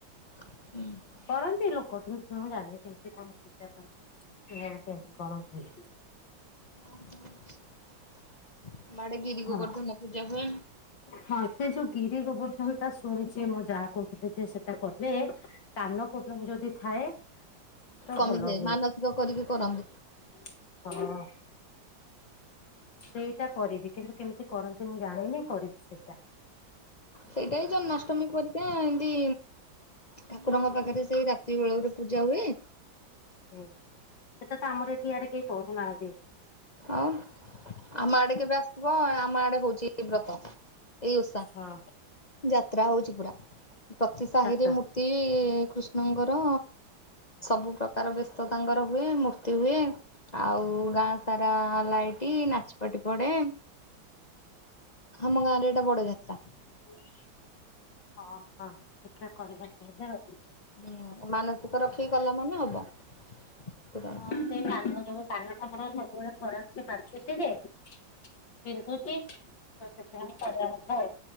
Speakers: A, on the left; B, on the left.
A: <inaudible>
B: କରନ୍ତି ଲୋକ, କିନ୍ତୁ ମୁଁ ଜାଣିନି କେମ୍ତି କଣ, ପୂଜା ତା'ର କେମିତି କ'ଣ ହୁଏ?
A: ଆମ ଆଡ଼େ ଗିରି
B: ହଁ।
A: ଗୋବର୍ଦ୍ଧନ ପୂଜା ହୁଏ।
B: ହଁ! ସେ ଯଉ ଗିରି ଗୋବର୍ଦ୍ଧନ ଟା ଶୁଣିଚି। ମୋ ଜା କହୁଥିଲେ, ଯେ ସେଟା କଲେ କାନ ପୋବ୍ଲେମ୍ ଯଦି ଥାଏ। ତ
A: କମିଯାଏ,
B: ଭଲ ହୁଏ
A: ମାନସିକ କରିକି କରନ୍ତି।
B: ହଁ! ସେଇଟା କରିବି, କିନ୍ତୁ କେମ୍ତି କରନ୍ତି? ମୁଁ ଜାଣିନି, କରିବ୍ ସେଟା।
A: ସେଇଟା ଏଇ ଜନ୍ମାଷ୍ଟମୀ ପରି। ଏମ୍‌ତି ଠାକୁରଙ୍କ ପାଖରେ, ସେଇ ରାତି ବେ ଗୋଟେ ପୂଜା ହୁଏ।
B: ସେଟା ତ ଆମର ଏଠି, ଇଆଡ଼େ କେହି କରୁ ନାହାନ୍ତି।
A: ଆମ ଆଡେ କେବେ ଆସ୍‌ବ, ଆମ ଆଡ଼େ ହଉଚି ଏ ବ୍ରତ। ଏଇ ଓଷା,
B: ହଁ
A: ଯାତ୍ରା ହଉଚି ପୁରା। ପ୍ରତି ସାହିରେ
B: ଯାତ୍ରା
A: ମୂର୍ତ୍ତି
B: ଅଛି
A: କୃ -ଙ୍କର ସବୁ ପ୍ରକାର ବେଶ ତାଙ୍କ ର ହୁଏ। ର୍ତ୍ତି ହୁଏ, ଆଉ ଗାଁ ସାରା ଲାଇଟି ନାଚ୍ ପାଟି ପଡେ। ହାମ ଗାଁରେ ଏଟା ବଡ଼ ଯାତ୍ରା।
B: <inaudible>
A: ହୁଁ, ମାନସିକ ରଖିକି କର୍ଲା ମାନେ ହବ। ପୂରଣ
B: ହଁ!
A: ହବ।
B: ସେ କାନ ଯୋଗୁ, କାନଟା ମର ସବୁବେଳେ ଖରାପ୍। ସେ ପାଚୁଚି ଯେ। ବିନ୍ଧୁଚି, ତ ସେଥିପାଇଁ କରିବା କଥା ଆଉ।